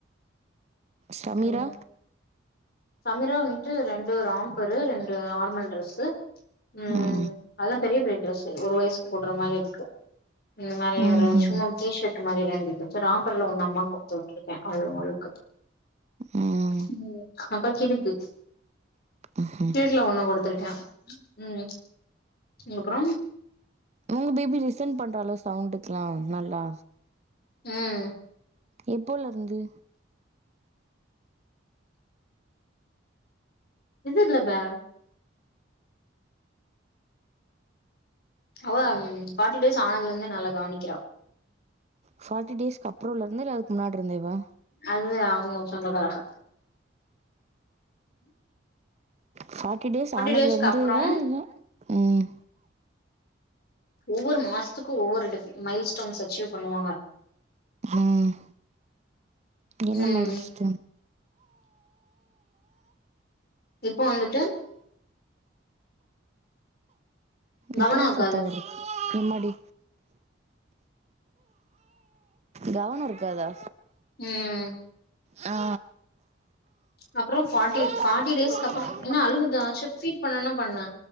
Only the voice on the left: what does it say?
உம் சமீரா வந்துட்டு ரெண்டு ராம்பரு ரெண்டு நார்மல் ட்ரெஸு உம்
அது பெரிய பெரிய ட்ரெஸு ஒரு வயசுக்கு போட்ற மாரி இருக்கு இந்த மாரி
ஒரு சும்மான் டி-ஷர்ட் இது மாறி ரெண்டு ட்ரெஸு ரேம்பர்ல ஒன்னு அம்மாக்கு குடுத்து வுட்டுருக்கே அது உங்களுக்கு
உம் <unintelligible>
கீட்ல ஒன்னு குடுத்திருக்கே உம் அப்புற
உம்
இதுபில்லாபே அவ ஃபார்ட்டி டேஸ் ஆனதுலந்தே நல்லா கவனிக்கிறா
அதுவே அவுங்க சொந்தகாரக
டேஸ்க்கு
அப்றம்
ஒவ்வொரு மாசத்துக்கு ஒவ்வொரு டிப் மைல் ஸ்டோன்ஸ் அச்சீவ் பண்ணுவாங்க
ம்
இப்போ வந்துட்டு கவனோ
இருக்காது
ம்
அப்புறோ பார்டின்
ஃபார்ட்டி
டேஸ்க்கு அப்பற
என்னா
அழுவுதா சேரி பீட் பண்ணணும்னா பண்ணு